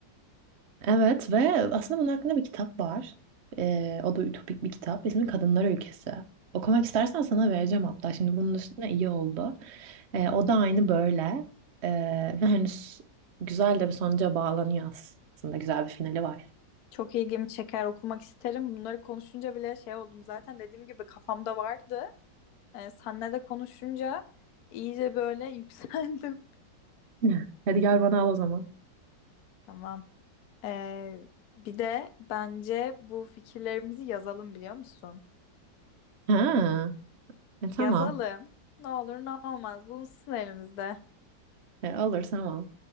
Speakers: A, on the right; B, on the left.
A: Evet ve aslında bunun hakkında bir kitap var. Ee, o da ütopik bir kitap. İsmi Kadınlar Ülkesi. Okumak istersen sana vereceğim hatta. Şimdi bunun üstüne iyi oldu. E, o da aynı böyle. E, ve hani s- güzel de bir sonuca bağlanıyor aslında. Güzel bir finali var.
B: Çok ilgimi çeker, okumak isterim. Bunları konuşunca bile şey oldum zaten dediğim gibi kafamda vardı. Ee, senle de konuşunca iyice böyle <laughs> yükseldim.
A: <laughs> Hadi gel bana al o zaman.
B: Tamam. Ee, bir de bence bu fikirlerimizi yazalım biliyor musun?
A: Ha, e, tamam.
B: Yazalım. Ne olur ne olmaz bulunsun elimizde.
A: E, olur tamam.